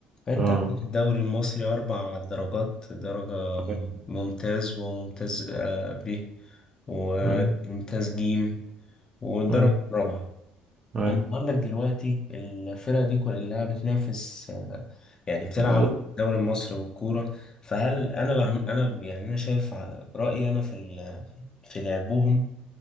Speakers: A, on the left; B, on the right.
A: فأنت
B: اه
A: عندك الدوري المصري أربع درجات درجة مم-
B: أيوة
A: ممتاز وممتاز آه، ب وممتاز
B: أيوة
A: جيم والدرجة
B: أيوة
A: الرابعة
B: أيوة.
A: فأنت عندك دلوقتي الفرقة دي كلها بتنافس آه، يعني بتلعب
B: بالظبط
A: في الدوري المصري والكورة فهل أنا بع- أنا يعني أنا شايف ع- رأيي أنا في ال- في لعبهم